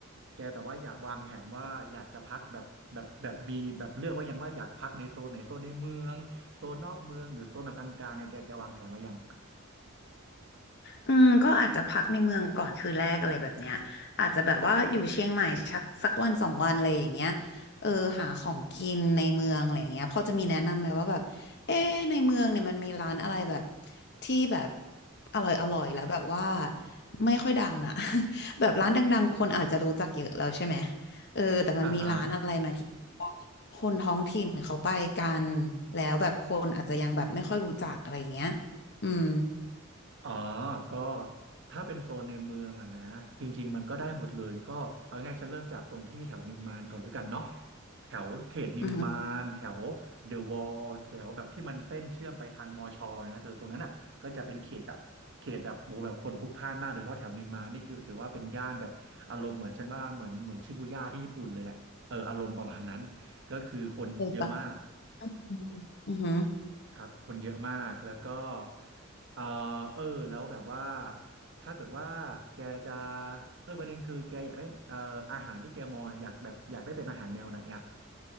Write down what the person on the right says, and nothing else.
แกแบบว่าอยากวางแผนว่าอยากจะพักแบบแบบแบบมีแบบเลือกไว่ายังว่าอยากพักในโซนไหนโซนในเมืองโซนนอกเมืองหรือโซนแบบกลางๆไงแกแกวางแผนไว้ยัง
อ่าฮะ
อ๋อก็ถ้าเป็นโซนในเมืองอะนะจริงๆมันก็ได้หมดเลย ก็เอาง่ายๆฉันเริ่มจากตรงที่แถวนิมมานก่อนแล้วกันเนาะแถวเขตนิมมาน
แถวเดอะวอลแถวแบบที่มันเส้นเชื่อมไปทางมอชอนะเธอตรงนั้นอ่ะก็จะเป็นเขตแบบเขตแบบโบแบบคนพลุกพล่านมากโดยเฉพาะแถวนิมมานนี่คือถือว่าเป็นย่านแบบอารมณ์เหมือนฉันว่าเหมือนเหมือนชิบูย่าที่ญี่ปุ่นเลยแหละเอออารมณ์ประมาณนั้นก็คือคนเยอะมาก
ครับคนเยอะมาก แล้วก็เออเออแล้วแบบว่าถ้าเกิดว่าแกจะเออประเด็นคือแกอยากได้เอ่ออาหารที่แกมองอะอยากแบบอยากได้เป็นอาหารแนวไหนอ่ะ